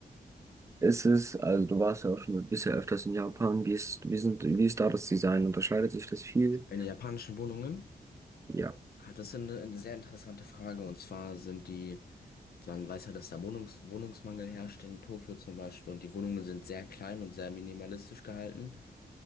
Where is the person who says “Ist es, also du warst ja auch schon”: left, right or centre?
Right